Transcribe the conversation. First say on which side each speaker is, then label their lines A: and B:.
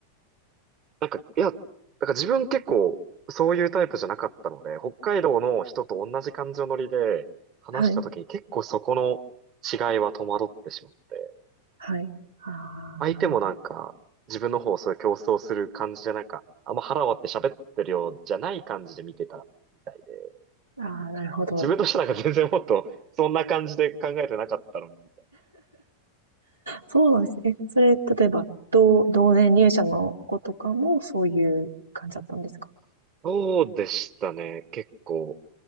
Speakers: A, on the right; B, on the right.
A: なんか、いや、なんか自分結構そういうタイプじゃなかったので、北海道の人と同じ感情のノリで話した時に結構そこの違いは戸惑ってしまって。
B: はい。はい。あ
A: 相手もなんか、自分の方をそういう競争する感じでなんか、あんま腹割って喋ってるようじゃない感じで見てたみたいで、
B: ーあー、なるほど。
A: 自分としてはなんか全然もっとそんな感じで考えてなかったのに、みたいな。
B: そうなんですね。えそれ、例えば、同、同年入社の子とかもそういう感じだったんですか
A: そうでしたね、結構。